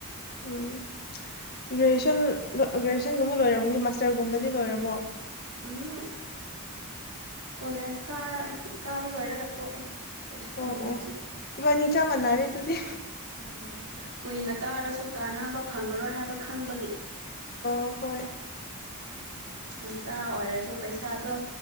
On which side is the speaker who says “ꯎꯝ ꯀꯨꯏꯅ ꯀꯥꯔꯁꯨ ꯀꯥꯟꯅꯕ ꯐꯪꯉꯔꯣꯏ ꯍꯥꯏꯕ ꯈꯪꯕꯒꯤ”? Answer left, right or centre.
Right